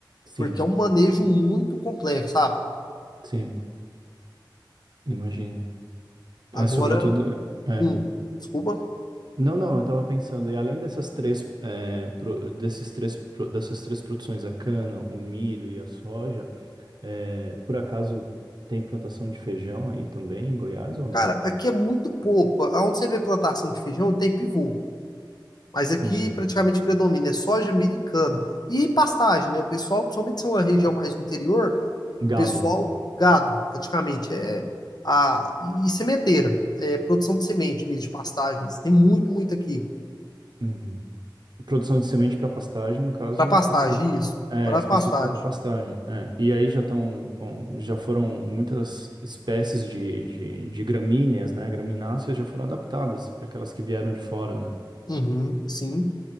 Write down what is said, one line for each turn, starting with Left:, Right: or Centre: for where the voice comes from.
Right: Sim,
Left: porque é um manejo muito complexo, sabe?
Right: sim, imagino. É,
Left: Agora,
Right: sobretudo, é.
Left: hum, desculpa.
Right: Não, não, eu estava pensando, e além dessas três, é, pro- desses três, pro- dessas três produções, a cana, o milho e a soja, É, por acaso tem plantação de feijão aí também em Goiás ou não?
Left: Cara, aqui é muito pouco. Aonde você vê plantação de feijão, tem pivô. Mas aqui
Right: Uhum,
Left: praticamente predomina é soja, milho e cana. E pastagem, né? O pessoal, principalmente se é uma região mais do interior,
Right: Gado.
Left: o pessoal, gado, praticamente. É a, e sementeira, é produção de semente mesmo, de pastagens. Tem muito, muito aqui.
Right: uhum. Produção de semente para pastagem, no caso
Left: Para pastagem,
Right: específico.
Left: isso.
Right: É,
Left: Para
Right: específico
Left: pastagem.
Right: para pastagem. é. E aí já estão com, já foram muitas espécies de, de, de gramíneas, né? Gramináceas já foram adaptadas, aquelas que vieram de fora, né?
Left: Uhum, sim.